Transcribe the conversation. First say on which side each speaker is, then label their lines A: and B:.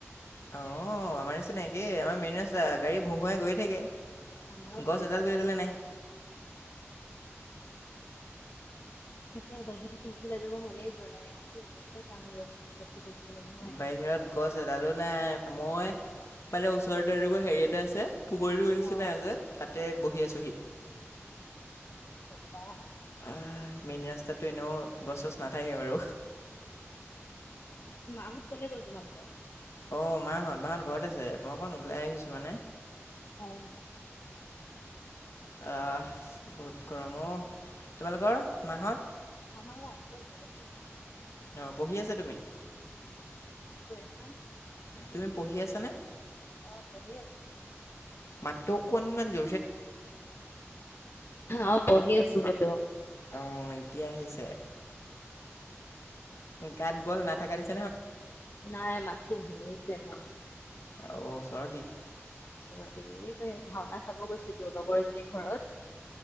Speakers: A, on the left; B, on the left.
A: অ', আমাৰ নিচিনা একে আমাৰ মেইন ৰাস্তা গাড়ী ভো ভোুৱাই গৈয়ে থাকে।
B: আমাৰো
A: গছ
B: গৈ থাকে
A: এডাল কৰিবলৈ
B: হেই
A: নাই।
B: তাকে বাহিৰত আকৌ ওলাই যাব মনেই যোৱা নাই এ এনেকুৱাই টান ৰ'দত দিছে বুলি। কৈছো নহয়
A: বাহিৰত গছ এডালো নাই মই মানে ওচৰতে একো হেৰি এটা আছে। পুখৰীৰ নিচিনাই
B: অ
A: আছে তাতে বহি আছোহি।
B: কি ক'বা।
A: আহ মেইন ৰাস্তাতটো এনেও গছ চছ নাথাকে বাৰু।
B: মাহত ক'লে গ'ল তোমালোকৰ।
A: অ', মা হ'ত মা হ'ত ঘৰত আছে মই অকণ ওলাই আহিছো মানে।
B: অ'।
A: আহ, বহুত গৰম অ', তোমালোকৰ মা হ'ত।
B: আমা <unintelligible> ঘৰতে <unintelligible>
A: অ', পঢ়ি আছা তুমি?
B: কি কৈ আছা?
A: তুমি পঢ়ি আছানে?
B: অ', পঢ়ি আছোঁ।
A: মাতটো অকনমান য
B: অ', পঢ়ি আছোঁ বোলোঁ।
A: অ', এতিয়া আহিছে। গাত বল নাথাকা নিচ
B: নাই মাতটো ভাঙিঁছে মোৰ।
A: অ', চৰ্দি।
B: চৰ্দি এই যে ভাওঁনা চাব গৈছিলোঁ লগৰ এজনী ঘৰত।